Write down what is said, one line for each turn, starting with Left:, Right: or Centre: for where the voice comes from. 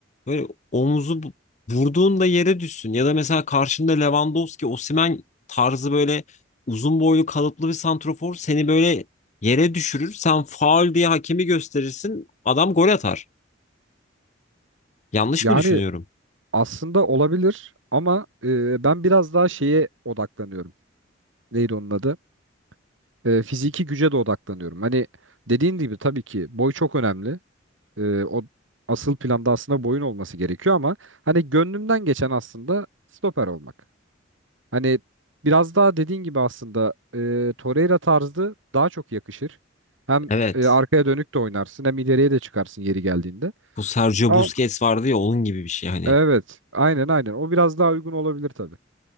Left: böyle omuzu bu- vurduğunda yere düşsün. Ya da mesela karşında Lewandowski, Osimhen tarzı böyle uzun boylu kalıplı bir santrofor seni böyle yere düşürür. Sen faul diye hakemi gösterirsin. Adam gol atar. Yanlış
Right: Yani
Left: mı düşünüyorum?
Right: Aslında olabilir ama e, ben biraz daha şeye odaklanıyorum. Neydi onun adı? E, fiziki güce de odaklanıyorum. Hani dediğin gibi tabii ki boy çok önemli. E, o asıl planda aslında boyun olması gerekiyor ama hani gönlümden geçen aslında stoper olmak. Hani biraz daha dediğin gibi aslında e, Torreira tarzı daha çok yakışır. Hem
Left: Evet.
Right: e, arkaya dönük de oynarsın hem ileriye de çıkarsın yeri geldiğinde.
Left: Bu Sergio
Right: Ama
Left: Busquets vardı ya onun gibi bir şey hani.
Right: evet aynen aynen o biraz daha uygun olabilir tabii.